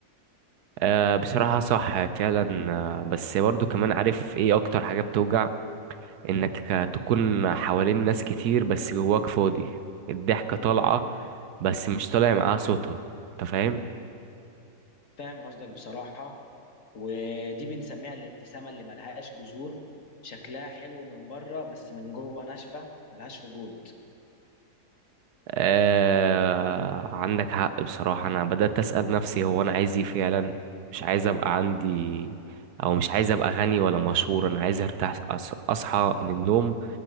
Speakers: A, on the right; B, on the left.
A: آه بصراحة صح فعلا آه بس برضو كمان عارف ايه اكتر حاجة بتوجع انك آه، تكون حوالين ناس كتير بس جواك فاضي الضحكة طالعة بس مش طالع معاها صوتها انت فاهم
B: فاهم قصدك بصراحة ودي بنسميها الابتسامة اللي ملهاش جذور شكلها حلو من بره بس من جوه ناشفة ملهاش وجود
A: آه عندك حق بصراحة أنا بدأت أسأل نفسي هو أنا عايز إيه فعلا مش عايز أبقى عندي أو مش عايز أبقى غني ولا مشهور أنا عايز أرتاح أص- أصحى من النوم